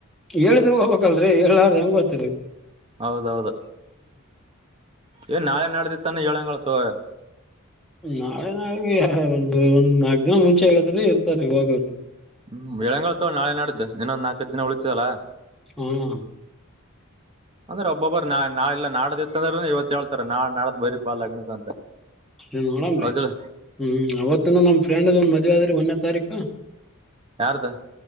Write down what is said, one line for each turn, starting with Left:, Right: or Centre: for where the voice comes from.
Centre: ಹೇಳಿದ್ರರು ಹೋಗಬೇಕಲ್ರಿ ಹೇಳಾರ ಹೆಂಗ ಬತ್ರಿ
Right: ಹೌದೌದ ಏ ನಾಳೆ ನಡ್ದಿತ್ತಾನ ಹೇಳಳ್ಂಗಗಳ ತ
Centre: ನಾಳೆ ನಾಳ ಒಂದು ಒಂದ್ ನಾಲ್ಕ ದಿನ ಮುಂಚೆ ಹೇಳಿದ್ರೆ ಇರ್ತಾರಿ ಹೋಗೋರು
Right: ಹ್ಮ್ ಬೆಳಂಗಳ ತ ನಾಳೆ ನಡ್ದು ಇನ್ನೊಂದ ನಾಲ್ಕಕ್ ದಿನ ಉಳಿತತದಲ್ಲ
Centre: ಹ್ಮ
Right: ಅಂದ್ರೆ ಒಬ್ಬೊಬ್ಬ ನಾಳ ಇಲ್ಲ ನಾಡ್ದ ಇಂದ್ರ ಇವತ್ ಹೇಳ್ತಾರ ನಾಳ ನಾಳ ಬರಿ ಪಾಲ್ ಅಗ್ನಕ ಅಂತ
Centre: ಏನ್ ನೋಡನ್ರಿ
Right: ಹೌದಿಲ್ಲ
Centre: ಹ್ಮ್ ಅವತ್ತು ನನ್ ನಮ್ ಫ್ರೆಂಡ್ ಒಂದ್ ಮದ್ <unintelligible> ಒಂದ್ನೇ ತಾರೀಕು.
Right: ಯಾರ್ದು